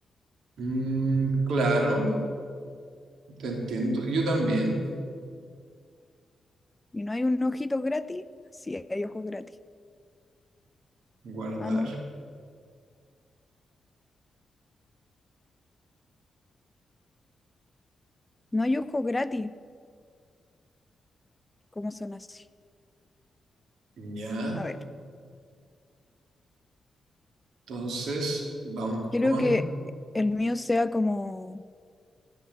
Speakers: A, on the right (about 80°); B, on the left (about 15°).
A: Mm, claro, te entiendo. Yo también.
B: ¿Y no hay un ojito gratis? Sí, hay ojos gratis.
A: Guardar.
B: Ah, no. No hay ojos gratis. ¿Cómo son así?
A: Ya.
B: A ver.
A: Entonces, vamos
B: Quiero
A: con
B: que el mío sea como,